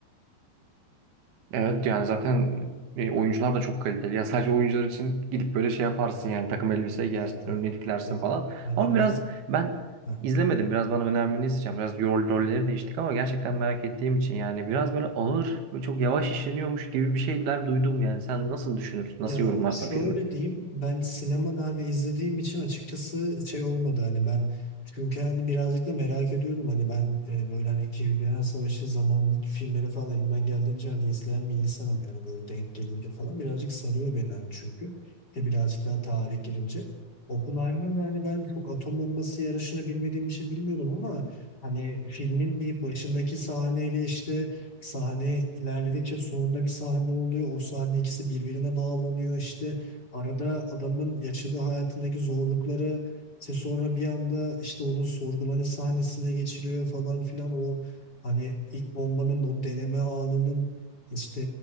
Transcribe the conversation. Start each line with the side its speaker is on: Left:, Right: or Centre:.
Right: Evet yani zaten e, oyuncular da çok kaliteli. Ya sadece oyuncular için gidip böyle şey yaparsın yani takım elbise giyersin,
Left: Evet, evet.
Right: önüne diklersin
Left: Ya
Right: falan.
Left: hani
Right: Ama biraz
Left: ben
Right: ben
Left: Heh.
Right: izlemedim. Biraz bana önermeni isteyeceğim. Biraz rol, rolleri değiştik ama gerçekten merak ettiğim için yani biraz böyle ağır ve çok yavaş işleniyormuş gibi bir şeyler duydum yani. Sen nasıl düşünürsün?
Left: ya
Right: Nasıl yorumlarsın
Left: şöyle
Right: filmi?
Left: diyeyim ben sinemada hani izlediğim için açıkçası şey olmadı hani ben çünkü hani birazcık da merak ediyordum hani ben e, böyle hani İkinci Dünya Savaşı zamanındaki filmleri falan elimden geldiğince hani izleyen bir insanım yani böyle denk gelince falan birazcık sarıyor beni hani çünkü de birazcık daha tarih girince Oppenheimer'da hani ben çok atom bombası yarışını bilmediğim için bilmiyordum ama hani filmin bir başındaki sahneyle işte Sahne ilerledikçe sonunda bir sahne oluyor. O sahne ikisi birbirine bağlanıyor işte. Arada adamın yaşadığı hayatındaki zorlukları işte sonra bir anda işte onun sorgulanış sahnesine geçiliyor falan filan. O hani ilk bombanın o deneme anının işte